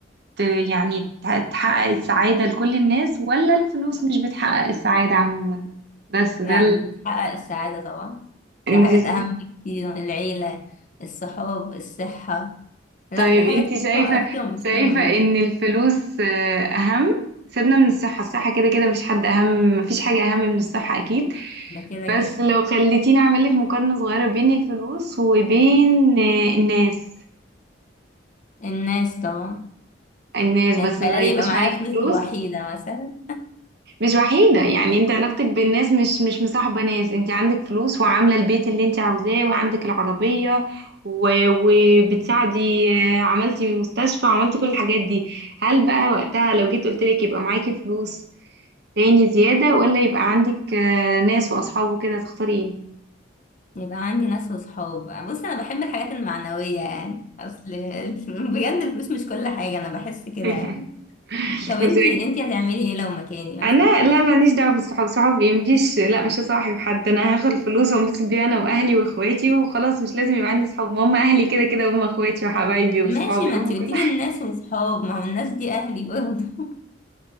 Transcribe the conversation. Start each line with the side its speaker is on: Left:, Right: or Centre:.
Right: ت... يعني تح- تحقق السعادة لكل الناس ولا الفلوس مش بتحقق السعادة عموما بس ده
Left: لا مش بتحقق السعادة طبعا في
Right: ال...
Left: حاجات اهم بكتير العيلة الصحاب الصحة لا
Right: طيب
Left: في حاجات
Right: انت
Left: كتير
Right: شايفة
Left: اكتر بكتير
Right: شايفة
Left: من
Right: ان الفلوس آه، اهم سيبنا من الصحة الصحة كده كده مفيش حد اهم مفيش حاجة اهم من الصحة اكيد
Left: ده كده كده
Right: بس لو خليتيني اعمل لك مقارنة صغيرة بين الفلوس وبين آه، الناس
Left: الناس طبعا
Right: الناس بس
Left: يعني تخيلي
Right: ما يبقاش
Left: يبقى معايا
Right: معاكي
Left: فلوس
Right: فلوس
Left: وحيدة مثلا
Right: مش وحيدة يعني انت علاقتك بالناس مش مش مصاحبة ناس انت عندك فلوس وعاملة البيت اللي انت عاوزاه وعندك العربية و- وبتساعدي آه، عملتي مستشفى عملتي كل الحاجات دي هل بقى وقتها لو جيت قلتلك يبقى معاكي فلوس تاني زيادة ولا يبقى عندك آه، ناس وأصحاب وكده تختاري
Left: يبقى عندي ناس وصحاب بص انا بحب الحاجات المعنوية يعني اصل <laughs> ال- بجد الفلوس مش كل حاجة انا بحس كده
Right: ايه؟
Left: يعني
Right: <laughs>
Left: طب
Right: بس
Left: انتي انتي هتعملي ايه لو مكاني
Right: انا
Left: مثلا
Right: لا ماليش دعوه بالصحاب صحاب ايه مفيش لا مش هصاحب حد انا هاخد الفلوس وانبسط بيها انا واهلي واخواتي وخلاص مش لازم يبقى عندي صحاب ما هم اهلي كده كده هم اخواتي وحبايبي وصحابي
Left: ماشي ما
Right: هم
Left: انتي
Right: كل
Left: قلتيلي الناس وصحاب ما هو الناس دي اهلي برضه <laughs>